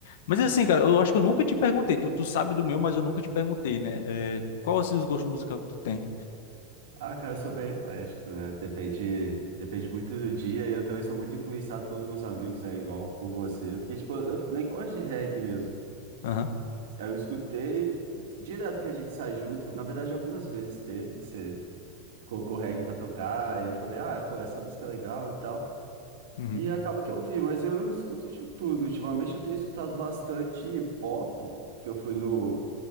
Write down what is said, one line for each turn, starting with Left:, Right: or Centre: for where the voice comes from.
Left: Mas assim, cara, eu acho que eu nunca te perguntei. Tu, tu sabe do meu, mas eu nunca te perguntei, né? É, qual assim os gostos musicais que tu tem?
Right: Ah, cara, eu sou bem eclético, né? Depende, depende muito do dia e eu também sou muito influenciado pelos meus amigos, né? Igual por você. Porque, tipo, eu nem gosto de reggae mesmo.
Left: Aham.
Right: Eu escutei direto que a gente sai junto. Na verdade, algumas vezes teve que você colocou reggae pra tocar e eu falei, ah, pô, essa música é legal e tal.
Left: Uhum.
Right: E acaba que eu ouvi, mas eu escuto de tudo. Ultimamente eu tenho escutado bastante pop, porque eu fui no,